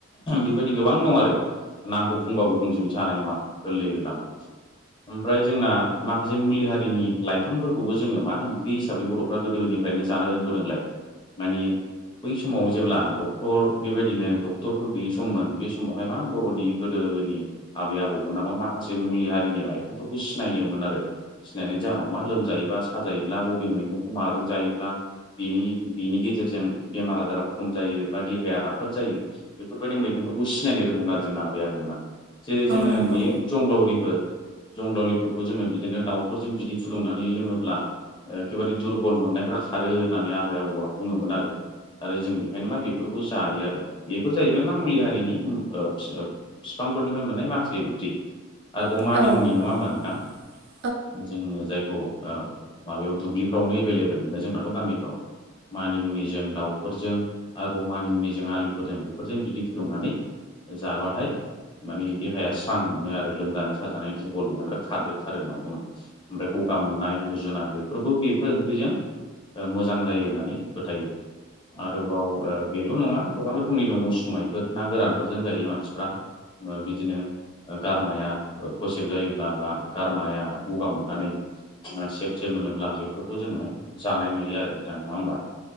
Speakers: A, on the left; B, on the right.
A: बेबायदि गोबां दं आरो नामखौ बुंबाबो बुंजोबनोसो हानाय नङा गोरलै गोरलाम ओमफ्राय जोंना माखासे मुलि हारिनि लाइफांफोरखौबो जोङो मा ओंख्रि हिसाबै बर'फ्रा गोदोनि फ्रायनो जानो रोंबोदोंलाय मानि बै समाव जेब्ला डक्टर बेबायदिनो डक्टरफोर गैयि सममोन बे समावहाय मा बर'नि गो गोदोनि आबै आबौमोनामा माखासे मुलि हारिनि लाइफांफोरखौ सिनायोमोन आरो सिनायनायनि जानाव मा लोमजायोबा साजायोब्ला बबे मैगंखौ माजों जायो ब्ला बिनि बिनि गेजेरजों बेमार आजारा खम जायो बा देहाया राफोद जायो बेफोरबायदि मैगंफोरखौ सिनायनो रोंगौमोन आरो जोंना आबै आबौमोना जेरै जोङो
B: नंगौ
A: नुयो जंग्लावरिफोर जंग्लावरिफोरखौ जोङो बिदिनो दाउफोरजों बिदि फुदुंनानै लोङोब्ला एखेबारे दुरबल मोननायफ्रा खारो होननानै आबै आबौआ बुङोमोन आरो आरो जों बेखायनो मा बेफोरखौ जायो आरो बेफोर जाहैबाय मा मुलि हारिनि बिफांफोरनिफ्राय मोननाय माख्रि ओंख्रि आरोबाव
B: औ
A: मानिमुनि नङा होमबा नोंथां
B: औ
A: जोङो जायखौ माबायाव दुब्लिफ्रावनो एभेलेबेल मोनो जोंनाथ' गामिफ्राव मानिमुनिजों दाउफोरजों आरो मानिमुनिजों आलुफोरजों बेफोरजों बिदि फुदुंनानै जाबाथाय मानि देहाया स्रां मोनो आरो लोमजानाय साजानाय दुरबल मोनो बिदि खारजोबथारो होनना बुङो ओमफ्राय गगा मोननाय गुजुनाय बेफोरबो बेफोर ओंख्रिजों मोजां जायो होननानै फोथायो आरोबाव बेल' नङा गोबां रोख खोमनि दं उसुमायफोर ना गोरानफोरजों जायो मानसिफ्रा बिदिनो गारमाया थसेब जायोब्ला बा गारमाया गगा मोननानै सेब सेब मोनोब्ला बेफोरखौ जोङो जानाय नुयो आरो नोंथां नङा होमबा